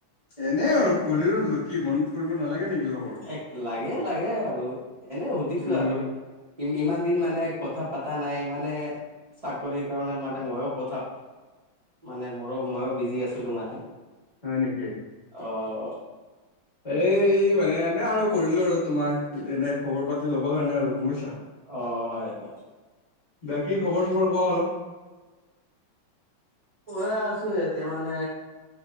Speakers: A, on the left; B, on the right.
A: এনেই আৰু কৰি ললো কি মনত কৰিব নালাগে নেকি লগৰৰ।
B: এক লাগে লাগে আৰু এনে সুধিছো
A: উম
B: আৰু ই ইমান দিন মানে কথা পাতা নাই মানে চাকৰিৰ কাৰণে মানে মইও কথা পাতা মানে মৰো মইও বিজি আছিলো মানে।
A: হয় নেকি?
B: অ'
A: এই মানে এনেই আৰু কৰিলো আৰু তোমাক এনেই খবৰ পাতি ল'বৰ কাৰণে আৰু গম পাইছা
B: অ' হয় হয়।
A: বাকী খবৰ চবৰ কোৱা অলপ
B: কৈয়ে আছো এতিয়া মানে